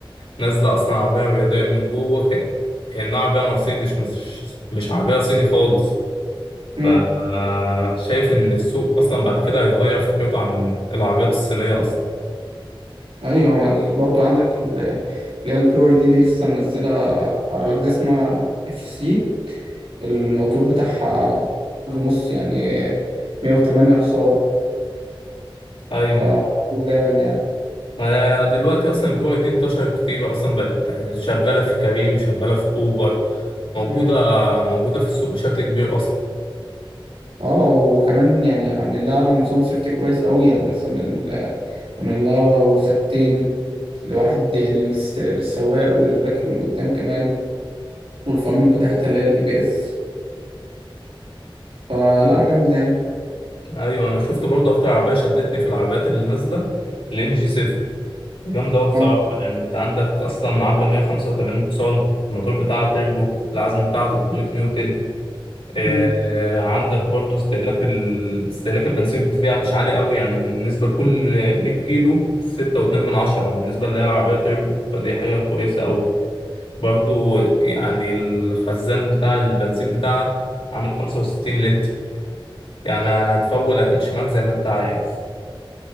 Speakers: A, on the left; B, on the right.
A: نازلة اصلا عربية رياضية من جوه ك- كأنها عربية مرسيدس مش مش عربية صيني خالص
B: مم.
A: فشايف ان السوق اصلا بعد كده هيتغير فكرته عن العربيات الصينيه اصلا
B: أيوة ما ال- برضو عندك ال- اللي هي البي واي دي دي لسه منزلة عربية جديدة اسمها اف 3 الموتور بتاعها واحد ونص يعني 108 حصان
A: ايوه
B: ف جامد يعني
A: ما دلوقتي اصلا البوري دي انتشرت كتير اصلا بقت شغاله في كريم شغاله في اوبر موجوده
B: مم.
A: موجوده في السوق بشكل كبير اصلا
B: اه وكمان يعني عاملين لها نظام سيفتي كويس قوي يعني مثلا انا لا وستين لواحد يعني للس- للسواق وللراكب اللي قدام كمان والفرامل بتاعتها اللي هي الاي بي اس فلا جامده يعني
A: ايوه انا شفت برضه اكتر عربيه شدتني في العربيات اللي نازله الام جي 7 جامده قوي بصراحه
B: اه
A: يعني انت عندك اصلا عامله 185 حصان الموتور بتاعها تربو العزم بتاعها 300 نيوتن آه،
B: مم.
A: آه، عندك برضو استهلاك ال... استهلاك البنزين فيها مش عالي قوي يعني بالنسبة لكل 100 كيلو 6.2 من عشرة بالنسبة اللي هي عربية تربو فدي حاجة كويسة قوي برضو يعني الخزان بتاع البنزين بتاعها عامل 65 لتر يعني هتفول هتمشي معاك زي ما انت عايز